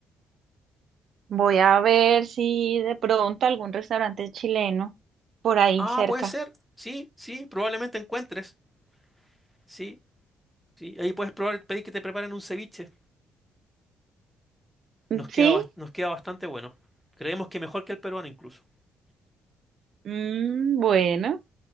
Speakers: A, on the right; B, in the centre.
A: Voy a ver si de pronto algún restaurante chileno por ahí
B: Ah,
A: cerca.
B: puede ser. Sí, sí, probablemente encuentres. Sí, sí, ahí puedes probar, pedir que te preparen un ceviche. Nos
A: ¿Sí?
B: queda, bas- nos queda bastante bueno. Creemos que mejor que el peruano incluso.
A: Mm, bueno,